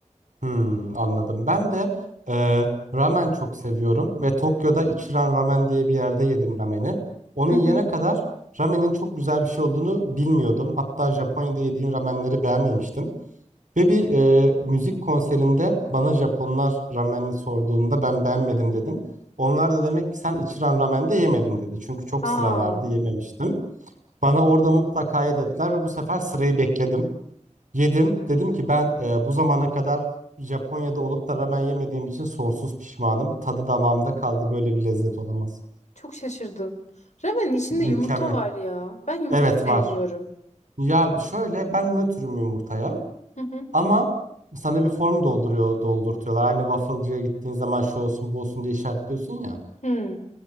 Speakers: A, on the right; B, on the left.
A: Hmm, anladım. Ben de e, ramen çok seviyorum ve Tokyo'da Ichiran Ramen diye bir yerde yedim rameni. Onun
B: Hı
A: yene
B: hı.
A: kadar ramenin çok güzel bir şey olduğunu bilmiyordum. Hatta Japonya'da yediğim ramenleri beğenmemiştim. Ve bir e, müzik konserinde bana Japonlar ramenini sorduğunda ben beğenmedim dedim. Onlar da demek ki sen içiren ramen de yemedin dedi. Çünkü çok
B: Aa,
A: sıra vardı yememiştim. Bana orada mutlaka ye dediler ve bu sefer sırayı bekledim. Yedim. Dedim ki ben e, bu zamana kadar Japonya'da olup da ramen yemediğim için sonsuz pişmanım. Tadı damağımda kaldı. Böyle bir lezzet olamaz.
B: çok şaşırdım. Ramenin içinde
A: Mükemmel.
B: yumurta var ya. Ben yumurta
A: Evet
B: sevmiyorum.
A: var. Ya şöyle ben nötrüm yumurtaya.
B: Hı hı.
A: Ama sana bir form dolduruyor, doldurtuyorlar. Aynı waffle'cıya gittiğin zaman şu olsun, bu olsun diye işaretliyorsun ya.
B: Hı.